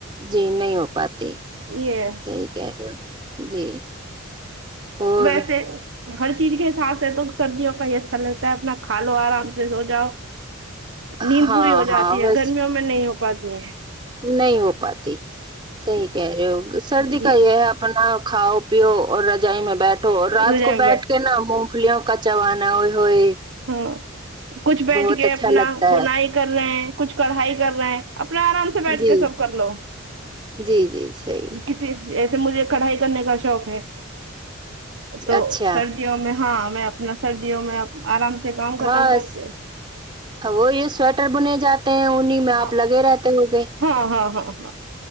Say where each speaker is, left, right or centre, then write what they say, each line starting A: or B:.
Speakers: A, on the right (about 25°); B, on the right (about 65°).
A: جی نہیں ہو پاتی
B: یہ ہے
A: صحی کہ رہی ھو جی اور
B: ویسے ہر چیز کے حساب سے تو سردیوں کا ہی اچھا لگتا ہے اپنا کھا لو آرام سے سو جاؤ نیند
A: ہاں
B: پوری ہو
A: ہاں
B: جاتی
A: بس
B: ہے گرمیوں میں نہیں ہو پاتی ہیں
A: نہیں ہو پاتی صحیح کہہ رہے ہو سردی
B: یہ
A: کا یے ہے اب اپنا کھاؤ پیو اور رجائی میں بیٹھو اور رات
B: روزے
A: کو
B: میں
A: بیٹھ کے نا نا موم فلیوں کا چوانا اوے ہوئے
B: ہمم کچھ بیٹھ
A: بہت
B: کے
A: اچھا
B: اپنا
A: لگتا
B: بونائ
A: ہے
B: کر رہے ہیں کچھ کڑھائی کر رہے ہیں اپنا آرام سے بیٹھ
A: جی
B: کے سب کر لو
A: جی جی صحیح
B: کسی ایسے مجھے کڑھائی کرنے کا شوق ہے تو
A: اچھا
B: سرد دیوں میں ہاں میں اپنا سردیوں میں آرام سے کام ختم
A: ہاں
B: کر کے
A: وہ یے سویٹر بنے جات ٹے انہیی
B: ہاں
A: میں آپ لگے رہتے ہو گے
B: ہاں ہاں ہاں ہاں